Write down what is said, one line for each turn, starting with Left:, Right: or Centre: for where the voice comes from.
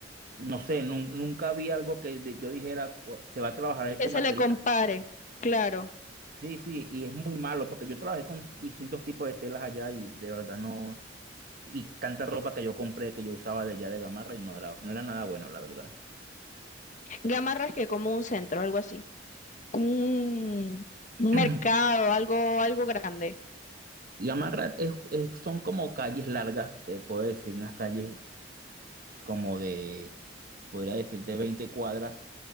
Right: no sé, nun- nunca vi algo que de- yo dijera, "Cu- se va a trabajar este
Left: Que se
Right: material.
Left: le compare, claro.
Right: Sí, sí, y es muy malo porque yo trabajé con distintos tipos de telas allá y de verdad no, y tanta ropa que yo compré que yo usaba de allá de Gamarra y no era, no era nada bueno, la verdad.
Left: Gamarra es que como un centro, algo así. Un,
Right: <clears throat>
Left: un mercado, algo, algo grande.
Right: Yamarat es, es- son como calles largas, te puedo decir, unas calles como de, podría decirte, 20 cuadras.